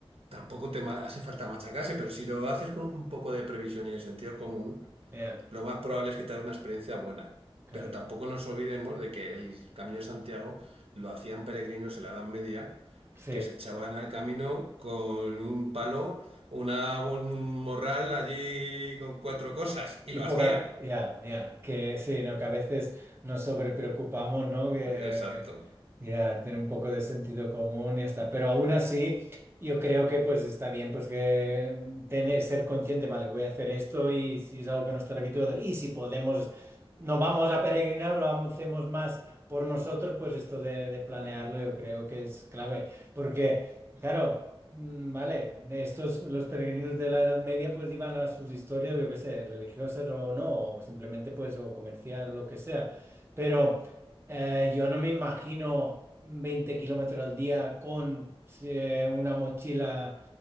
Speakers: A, on the right (about 85°); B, on the right (about 25°).
A: tampoco te ma- hace falta machacarse, pero si lo haces con un poco de previsión y de sentido común,
B: yeah
A: Lo más probable es que tengas una experiencia buena,
B: claro.
A: pero tampoco nos olvidemos de que el Camino de Santiago lo hacían peregrinos en la Edad Media,
B: Sí.
A: que se echaban al camino con un palo, una, bo- un morral allí con cuatro cosas, y
B: Y
A: lo
B: poca,
A: hacían.
B: ya, ya, que sí, ¿no? Que a veces nos sobrepreocupamos, ¿no? Que,
A: Exacto.
B: que, ya, tener un poco de sentido común y ya está. Pero aún así, yo creo que pues está bien, pues que mm, tener, ser consciente, vale, voy a hacer esto y si es algo que no está habituado y si podemos, no vamos a peregrinar, lo hacemos más por nosotros, pues esto de, de planearlo yo creo que es clave. Porque, claro. Mm, Vale, estos los peregrinos de la Edad Media pues iban a sus historias, yo que sé, religiosas o no, o simplemente pues o comerciar o lo que sea. Pero eh, yo no me imagino 20 kilómetros al día con sí, eh, una mochila